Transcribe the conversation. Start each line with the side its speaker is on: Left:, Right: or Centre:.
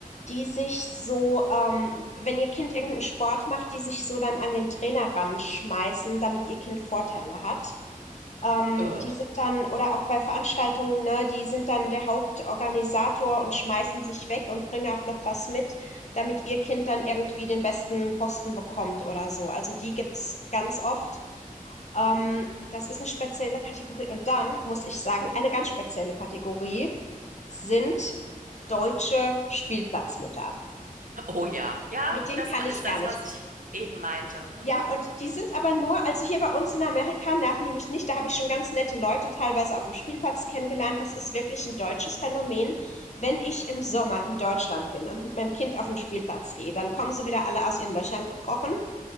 Left: die sich so, ähm, wenn ihr Kind irgendeinen Sport macht, die sich so dann an den Trainer ranschmeißen, damit ihr Kind Vorteile hat. Ähm,
Right: Äh.
Left: die sind dann oder auch bei Veranstaltungen, ne, die sind dann der Hauptorganisator und schmeißen sich weg und bringen auch noch was mit, damit ihr Kind dann irgendwie den besten Posten bekommt oder so. Also die gibt's ganz oft. Ähm, das ist eine spezielle Kategorie. Und dann muss ich sagen, eine ganz spezielle Kategorie sind deutsche Spielplatzmütter.
Right: Oh ja, ja,
Left: Mit denen
Right: das
Left: kann
Right: ma- ist
Left: ich gar
Right: das,
Left: nicht
Right: was ich eben meinte. Mhm.
Left: Ja, und die sind aber nur, also hier bei uns in Amerika nerven die mich nicht. Da habe ich schon ganz nette Leute teilweise auf dem Spielplatz kennengelernt. Das ist wirklich ein deutsches Phänomen. Wenn ich im Sommer in Deutschland bin und mit meinem Kind auf den Spielplatz gehe, dann kommen sie wieder alle aus ihren Löchern gekrochen.